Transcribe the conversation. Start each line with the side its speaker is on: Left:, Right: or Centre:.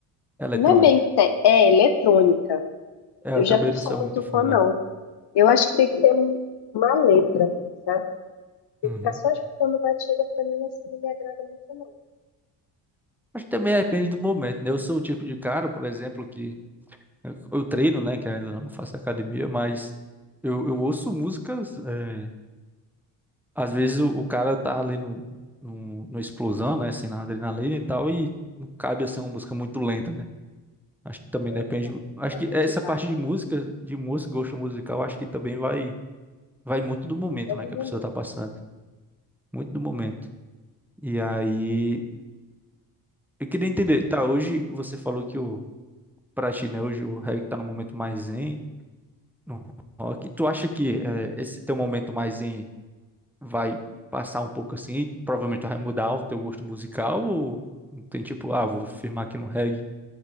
Centre: Eletrônica.
Left: não é bem. te- É eletrônica.
Centre: É,
Left: Eu
Centre: eu
Left: já
Centre: também
Left: não sou
Centre: não sou
Left: muito
Centre: muito fã,
Left: fã, não.
Centre: né?
Left: Eu acho que tem que ter um- uma letra, sabe? E
Centre: Uhum.
Left: ficar só escutando batida, pra mim, assim, não me agrada muito, não.
Centre: Acho que também depende do momento, né? Eu sou o tipo de cara, por exemplo, que eu, eu treino, né? Que ainda não faço academia, mas eu, eu ouço músicas. é, às vezes o, o cara tá ali no, no, no explosão, né? Assim, na adrenalina e tal, e não cabe assim uma música muito lenta, né? Acho que também
Left: É,
Centre: depende.
Left: exato.
Centre: Acho
Left: Pra
Centre: que
Left: motivar,
Centre: essa parte
Left: né?
Centre: de música, de música, gosto musical, acho que também vai, vai muito do momento,
Left: Ele É do
Centre: né? Que
Left: momento.
Centre: a pessoa tá passando. Muito do momento. E aí, eu queria entender, tá? Hoje você falou que o pra ti, né? Hoje o reggae tá no momento mais zen, no rock. Tu acha que eh, esse teu momento mais zen vai passar um pouco assim? e provavelmente tu vai mudar o teu gosto musical? Ou não tem tipo, ah, vou firmar aqui no reggae